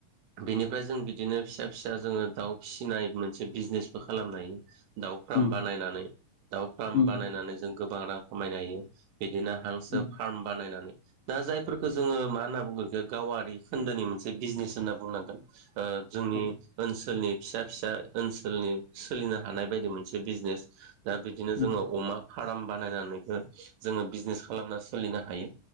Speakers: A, on the right; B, on the left.
A: बेनिफ्राय जों बिदिनो फिसा-फिसा जोङो दाउ फिसिनाय मोनसे बिजनेसबो खालामनो हायो। दाउ फार्म
B: उम
A: बानायनानै दाउ फार्म
B: उम
A: बानायनानै जों गोबां रां खामायनो हायो। बिदिनो हांसो
B: उम
A: फार्म बानायनानै दा जायफोरखौ जोङो मा होनना बुंगोन बे गावारि खोन्दोनि मोनसे बिजनेस होनना बुंनांगोन ओ जोंनि
B: औ
A: ओनसोलनि फिसा-फिसा ओनसोलनि सोलिनो हानाय बायदि मोनसे बिजनेस दा बिदिनो
B: उम
A: जोंनाव फार्म बानायनानैबो जोङो बिजनेस खालामना सोलिनो हायो।